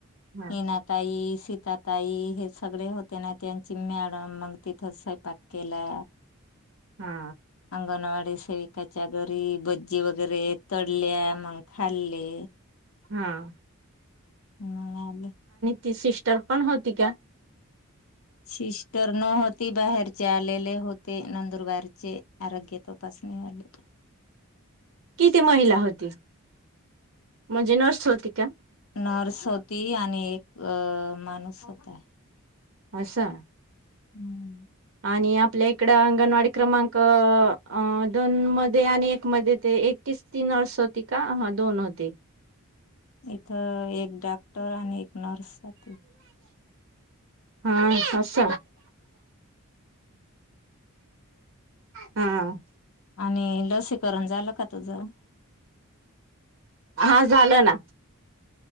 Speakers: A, on the right; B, on the left.
A: हा
B: ही ना ताई सीतााताई हे सगळे होते ना त्यांची मॅडम मग तिथंच स्वयपाक केला.
A: हा
B: अंगणवाडी सेविकाच्या घरी बज जी वगैरे तडल्या, मग खाल्ले.
A: हाहा
B: <unintelligible>
A: ती सिस्टर पण होती का?
B: सिस्टर न होती बाहेरचे आलेले होते नंदुरबारचे. आरोग्य तपासणी वाले
A: किती महिला होती, म्हणजे नर्स? शोतीका?
B: नर्स होती आणि एक- अ माणूस होता.
A: असा.
B: हम्म
A: आणि आपल्या इकड अंगणवाडी क्रमांक अ दोन मध्ये आणि एक मध्ये ते एकटीच ति नर्स होती का? दोन होते.
B: इथं एक डॉक्टर आणि एक नर्स होती.
A: हा अस हा आ
B: आणि लसीकरण झालं का तुझं?
A: हा झालं ना